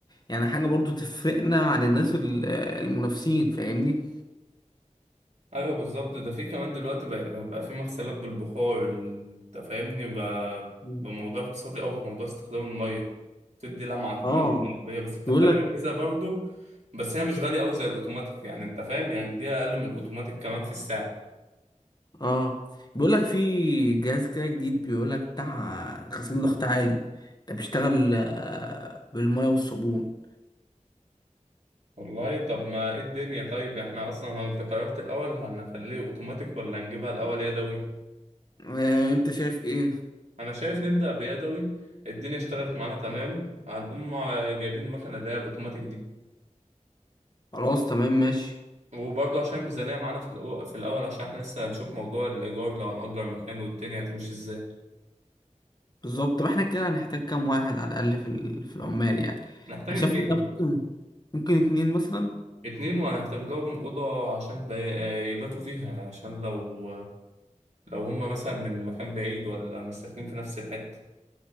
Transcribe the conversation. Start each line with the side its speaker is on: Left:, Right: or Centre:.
Left: يعني حاجة برضو تفرقنا عن الناس ال- المنافسين فاهمني
Right: أيوه بالظبط ده في كمان دلوقتي بقى, بقى في مغسلات بالبخار ال- أنت فاهمني بقى,
Left: مم.
Right: بقى موضوع اقتصادي أوي في موضوع استخدام المية بتدي لمعة
Left: اه
Right: كمان للعربية بس بتحتاج
Left: بيقول لك
Right: أجهزة برضه بس هي مش غالية أوي زي الأوتوماتيك يعني أنت فاهم يعني دي أقل من الأوتوماتيك كمان في السعر
Left: اه بيقول لك في جهاز كده جديد بيقول لك بتاع غسيل ضغط عالي ده بيشتغل آه، بالميه والصابون
Right: والله طب ما ايه الدنيا طيب احنا اصلا هو انت قررت الاول هنخليه اوتوماتيك ولا نجيبها الاول يدوي
Left: آه، انت شايف ايه
Right: انا شايف نبدأ بيدوي الدنيا اشتغلت معانا تمام هنقوم مع- جايبين المكنة اللي هي الاوتوماتيك دي
Left: خلاص تمام ماشي
Right: وبرضه عشان الميزانية معانا في الأو- في الاول عشان احنا لسه هنشوف موضوع الايجار لو هنأجر مكان والدنيا هتمشي ازاي
Left: بالظبط طب احنا كده هنحتاج كام واحد على الاقل في ال- في العمال يعني
Right: نحتاج
Left: انا
Right: اتنين
Left: شايف إن ممكن ممكن اتنين مثلا
Right: اتنين وهنحتاج لهم أوضة عشان ب- يباتوا فيها عشان لو لو هما مثلا من مكان بعيد ولا مش ساكنين في نفس الحتة